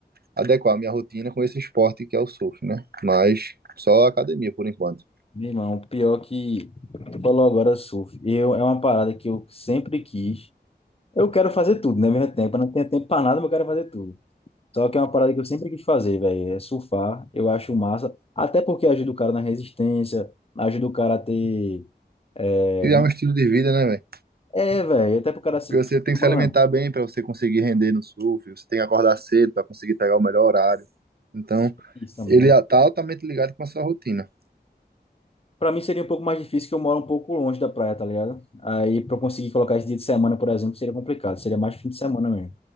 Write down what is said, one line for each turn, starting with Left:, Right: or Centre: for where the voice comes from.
Right: adequar a minha rotina com esse esporte que é o surf, né? Mas só academia por enquanto.
Left: Meu irmão, pior que tu falou agora surf. Eu, é uma parada que eu sempre quis. Eu quero fazer tudo, né? Ao mesmo tempo, eu não tenho tempo pra nada, mas eu quero fazer tudo. Só que é uma parada que eu sempre quis fazer, velho. É surfar. Eu acho massa. Até porque ajuda o cara na resistência, ajuda o cara a ter. É,
Right: E
Left: uma-
Right: é um estilo de vida, né, velho?
Left: é velho. Até pro cara se.
Right: Porque você tem que
Left: Mano,
Right: se alimentar bem para você conseguir render no surf, você tem que acordar cedo para conseguir pegar o melhor horário. Então,
Left: isso também,
Right: ele
Left: né?
Right: tá altamente ligado com a sua rotina.
Left: Pra mim seria um pouco mais difícil que eu moro um pouco longe da praia, tá ligado? Aí pra eu conseguir colocar esse dia de semana, por exemplo, seria complicado. Seria mais fim de semana mesmo.